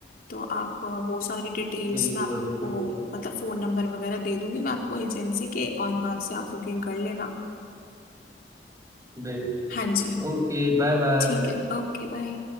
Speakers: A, on the left; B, on the right.
A: तो आप अ, वो सारी डिटेल्स
B: बिल्कुल
A: मैं आपको
B: बिल्कुल
A: मतलब फोन नंबर वगैरह दे दूंगी मैं आपको एजेंसी के और वहां से आप बुकिंग कर लेना
B: बिल्कुल
A: हाँ
B: बिल्कुल
A: जी
B: Okay bye bye
A: ठीक है Okay bye